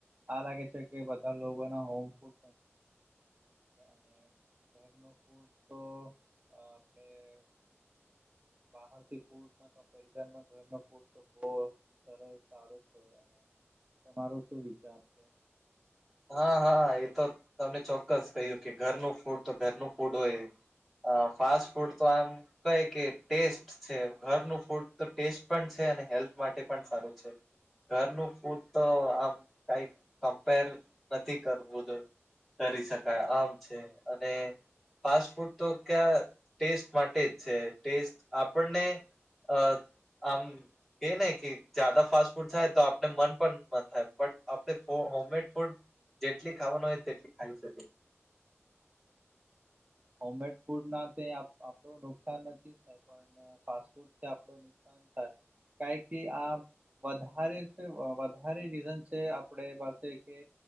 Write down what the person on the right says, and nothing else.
આ લાગે છે કે બધા લોકો ના હોમ ફૂ
અને ઘર ન ફૂડ તો આપણેે બહારથી ફૂડ ના કમ્પેરઝનમાં ઘર ન ફૂડ તો બહુ સરસ સારો હોય તમારો શું વિચાર છે.
હોમમેડ ફૂડ ના આપડું નુકસાન નથી થાય પણ ફાસ્ટૂડથી આપડું નુકસાન થાય ક આ વધારે વધારે રીઝન છે આપડ પાસે કે